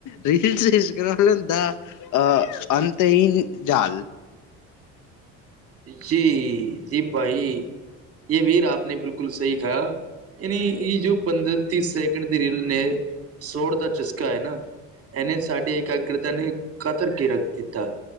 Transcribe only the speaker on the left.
ریلس اسکرح ل ا انت ہیین جال